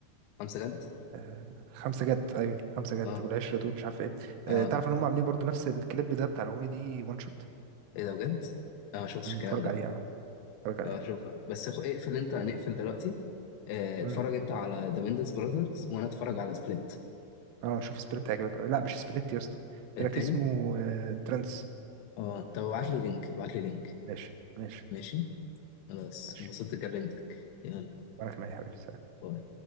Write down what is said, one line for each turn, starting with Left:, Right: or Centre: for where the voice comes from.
Left: خمسة جد
Right: آه، خمسة جد ايوه خمسة جد
Left: اه
Right: والعشرة دول مش عارف ايه آه،
Left: اه
Right: تعرف
Left: آه.
Right: ان هم عاملين برضو نفس الكليب ده بتاع الأغنية دي وان شوت
Left: ايه ده بجد؟ انا ما شفتش
Right: مم،
Left: الكلام
Right: اتفرج
Left: ده
Right: عليها اه اتفرج
Left: أو
Right: عليها
Left: اشوفها بس اخو اقفل انت هنقفل دلوقتي آه، اتفرج
Right: مم.
Left: انت على ذا ميندس براذرز وانا اتفرج على سبليت
Right: اه شوف سبليت هيعجبك لا مش سبليت يا اسطى
Left: التاني
Right: تراك اسمه آه، ترانس
Left: اه طب ابعت لي لينك ابعت لي لينك
Right: ماشي ماشي
Left: ماشي خلاص
Right: ماشي
Left: انبسطت كلمتك يلا
Right: وانا كمان يا حبيبي سلام.
Left: باي